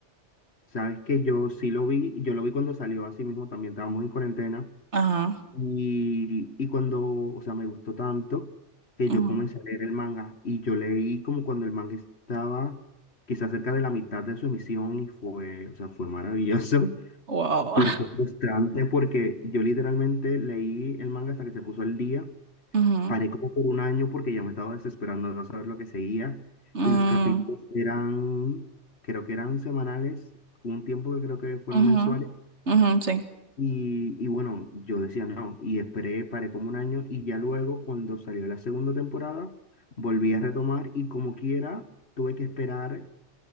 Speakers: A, on the left; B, on the right.
A: Sabes que yo sí lo vi, yo lo vi cuando salió, así mismo también estábamos en cuarentena.
B: Ajá.
A: Y, y cuando, o sea, me gustó tanto que
B: ujú,
A: yo comencé a leer el manga y yo leí como cuando el manga estaba quizás cerca de la mitad de su emisión y fue, o sea, fue maravilloso, <laughs>
B: Wow.
A: pero fue frustrante porque yo literalmente leí el manga hasta que se puso al día,
B: Ujú,
A: paré como por un año porque ya me estaba desesperando de no saber lo que seguía
B: mm,
A: y los capítulos eran, creo que eran semanales, hubo un tiempo que creo que fueron
B: ujú,
A: mensuales
B: ujú, sí.
A: y, y bueno, yo decía no, y esperé, paré como un año y ya luego cuando salió la segunda temporada, volví a retomar y como quiera, tuve que esperar